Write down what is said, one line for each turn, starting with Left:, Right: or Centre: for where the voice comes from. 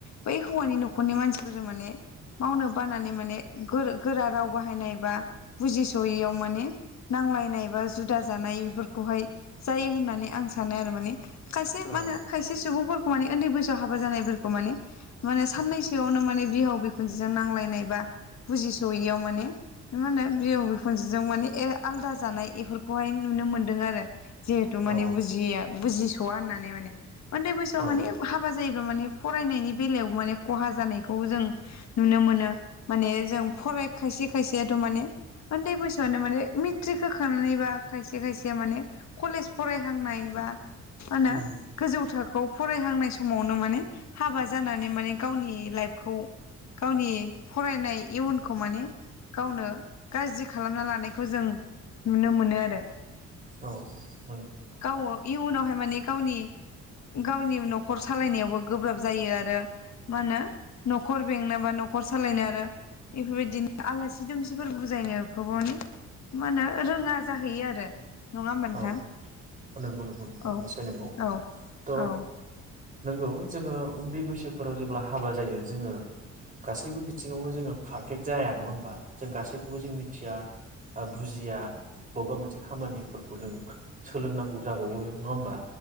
Left: बै हौवानि न'खरनि मानसिफोरजों माने मावनो बानानै माने गोर गोरा राव बाहायनाय बा बुजिस'यैयाव माने नांलायनाय बा जुदा जानाय बेफोरखौहाय जायो होननान नै आं सानो आरो माने खायसे
Right: औ
Left: मा होनो खायसे सुबुंफोर माने ओन्दै बैसोआव हाबा जानायफोरखौ माने माने साननैसोआवनो माने बिहाव बिखुनजोजों नांलायनाय बा बुजिस'यैयाव माने मा होनो बिहाव बिखुनजोजों माने ए आलदा जानाय इफोरखौहाय नुनो मोन दों आरो जिब थ' माने
Right: औ
Left: बुजिया बुजिसया होननानै नै माने। उन्दै बैसोआव
Right: औ
Left: माने हाबा जायो माने फरायनायनि बेलायाव माने खहा जानायखौ जों नुनो मोनो माने जों फराय खायसे खायसेयाथ' माने उन्दै बैसोआनो माने मेट्रिक होखांनायबा खायसे से खायसेया माने कलेज फरायहांनाय बा मा होनो
Right: उम
Left: गोजौ थाखोआव फरायहांनाय समावनो माने हाबा जानानै माने गावनि लाइफखौ गावनि फरायनाय इयुनखौ माने गावनो गाज्रि खालामना लानायखौ जों नुनो मोनो आरो।
Right: औ औ ओं।
Left: अ इयुनावहाय माने गावनि गावनि नखर सालायनायावबो गोब्राब जायो आरो मा होनो नखर बेंनो बा नखर सालायनो आरो इफोरबायदिनो आलासि दुमसिफोर बुजायनोफ्राव माने मा होनो रोङा जाहैयो आरो। नङा होनबा नोंथां?
Right: औ नंगौ नंगौ नोंथां
Left: औ
Right: निसय नंगौ
Left: औ
Right: थ'
Left: औ
Right: नोंगौ जोङो उन्दै बैसोफोराव जे अब्ला हाबा जायो जोङो गासैबो बिथिङावनो जोङो पारफेक्ट जाया नङा होमबा जों गासैखौबो जों मिथिया आ बुजिया बबेबा मोनसे खामानि फोरखौ जों सोलोंनांगौ जाबावो नङा होमबा?